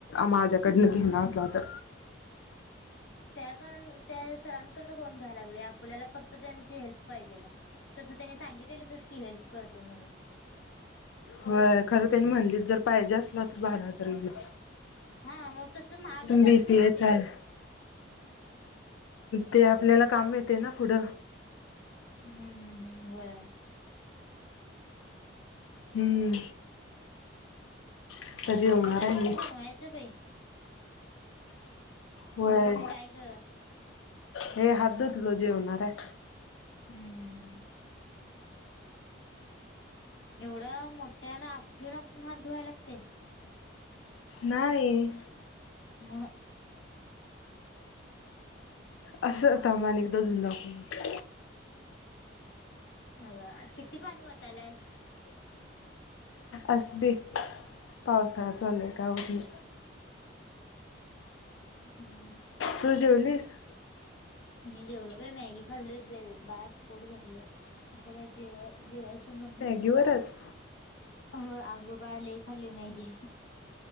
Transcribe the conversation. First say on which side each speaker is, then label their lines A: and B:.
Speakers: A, on the left; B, on the left.
A: माझ्याकडनं घेणार असला तर.
B: तेयाकडनं त्या सरांकडन कोण घ्यायला लागलय आपल्याला फक्त त्यांची हेल्प पाहिजेल हाय. तसं तेनी सांगितलेलीच की हेल्प करतो म्हणून.
A: व्हय खरं त्यांनी म्हणलीत जर पाहिजे असलं तर बारा हजार घे-
B: हा मग तस महागच आहेत
A: बीसीएच
B: सोड ते-
A: आहे ते आपल्याला काम मिळतय ना पुढं.
B: हम्म हम्म हम्म होय
A: हम्म आता जेवणार
B: आपण
A: आहे
B: आपण
A: मी
B: बनवायच बई.
A: व्हय,
B: काय ग?
A: हे हात धुतलो जेवणार हाय.
B: हम्म हम्म हम्म एवढ मोठ्यान आपटून -आपटून हात धुवाय लागतय.
A: नाही.
B: म
A: अस, थांब आणि एकदा धुन दाखवतो.
B: अग किती पाणी वताल्यास.
A: असु दे पावसाळा चालु हाय काय होत नाही.
B: हम्म
A: तु जेवलीस?
B: मी जेवलो बाई. मॅगी खालोय. त्याच्यात बास पोट भरल. आता काय जेव जेवायच मन नाही.
A: मॅगी वरच
B: होय अग बाळ लई खालोय मॅगी.